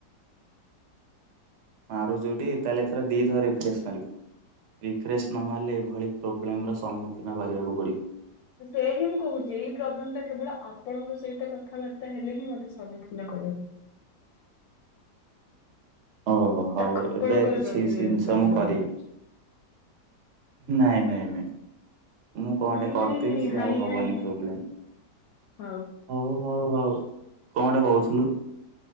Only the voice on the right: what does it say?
ମାରୁଚୁ ଟି ତାହେଲେ ଏଥର ଦିଥର ରିଫ୍ରେସ୍ ମାରିବୁ। ରିଫ୍ରେଶ୍ ନ ମାରିଲେ ଏଭଳି ପ୍ରୋବ୍ଲେମର ସମ୍ମୁଖୀନ କରିବାକୁ ପଡ଼ିବ।
ଓହୋ ହଉ
ଏବେ କିଛି
ସିନ୍ସ
ମୁଁ କରିବି।
ନାଇଁ ନାଇଁ ନାଇଁ। ମୁଁ କଁ
ଟେ କରିଦେବି
ସିଏ
ଆଉ ହବନି
ପ୍ରୋବ୍ଲେମ୍।
ହଉ ହଉ ହଉ କଣଟେ କହୁଥିଲୁ?